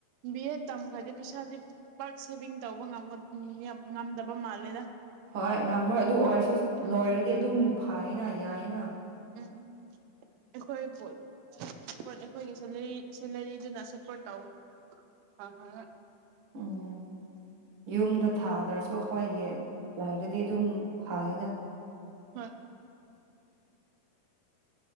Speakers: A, on the right; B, on the right.
A: ꯕꯤ ꯇꯝꯕ ꯗꯤ ꯄꯩꯁꯥꯗꯤ ꯄꯥꯛ ꯁꯦꯚꯤꯡ ꯇꯧꯕ ꯉꯝꯒ ꯎꯝ ꯌꯥꯝ ꯉꯝꯗꯕ ꯃꯥꯜꯂꯦꯗ
B: ꯍꯣꯏ ꯉꯝꯃꯣꯏ ꯑꯗꯨ ꯑꯣꯏꯔꯁꯨ ꯂꯣꯏꯔꯗꯤ ꯑꯗꯨꯝ ꯐꯌꯦꯅ ꯌꯥꯏꯌꯦꯅꯥ
A: ꯎꯝ ꯑꯩꯈꯣꯏ <unintelligible> ꯁꯦꯂꯔꯤ ꯁꯦꯂꯔꯤꯗꯅ ꯁꯄꯣꯠ <unintelligible>
B: ꯎꯝ ꯌꯨꯝꯗ ꯊꯥꯗ꯭ꯔꯁꯨ ꯑꯩꯈꯣꯏꯒꯤ ꯂꯥꯏꯗꯗꯤ ꯑꯗꯨꯝ ꯐꯥꯏꯌꯦꯒ
A: ꯍꯣꯏ